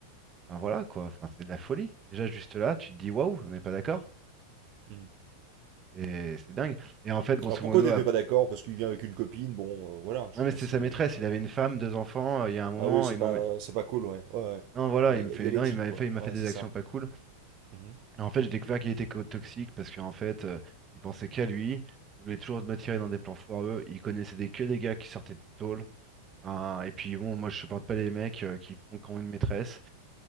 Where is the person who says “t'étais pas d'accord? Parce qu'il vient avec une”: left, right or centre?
Right